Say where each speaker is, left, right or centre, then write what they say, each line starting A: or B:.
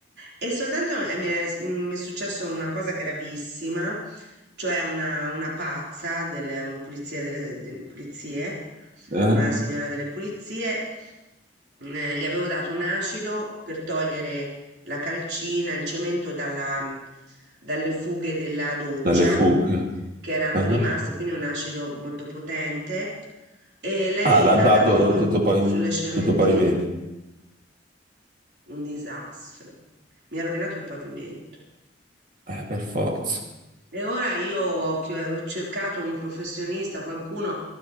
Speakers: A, on the right; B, on the right.
A: E soltanto eh, mi è mi è successo una cosa gravissima cioè una, una pazza delle un- pulizia delle, de- pulizie,
B: eh.
A: una signora delle pulizie. eh, gli avevo dato un acido per togliere la calcina, il cemento dalla, dalle fughe della doccia
B: Dalle fughe.
A: che erano
B: eh.
A: rimaste, quindi un acido molto potente. E lei
B: Ah, l'ha
A: l'ha
B: dato
A: dato
B: tutto pavimento.
A: sulle cementine.
B: Tutto pavimento.
A: Un disastro. Mi ha rovinato il pavimento.
B: Eh, per forza,
A: E ora io ho chi- ho cercato un professionista, qualcuno